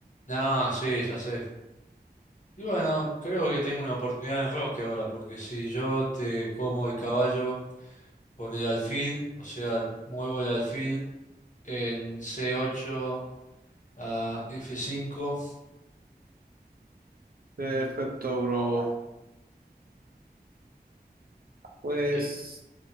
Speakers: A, on the left; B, on the right.
A: Nah, sí, ya sé. Y bueno, creo que tengo una oportunidad en Roque ahora, porque si yo te como el caballo con el alfil, o sea, muevo el alfil en C8 a F5,
B: Perfecto, bro. Pues
A: e-